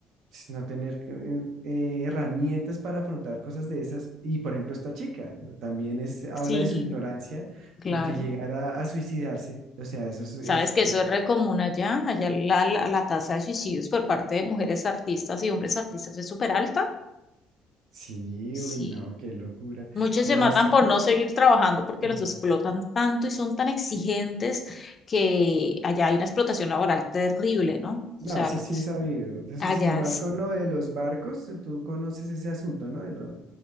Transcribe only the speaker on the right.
pues, no tener eh, eh, herramientas para afrontar cosas de esas. Y por ejemplo, esta chica ¿no? también es, habla
de su ignorancia.
Porque llegar a, a suicidarse, o sea, eso es, es-
es
Sí,
uy, no, qué locura.
No,
es,
mm,
no,
eso
sí
es sabido. Es,
es nomás
con lo de los barcos, tú conoces ese asunto, ¿no? De, lo-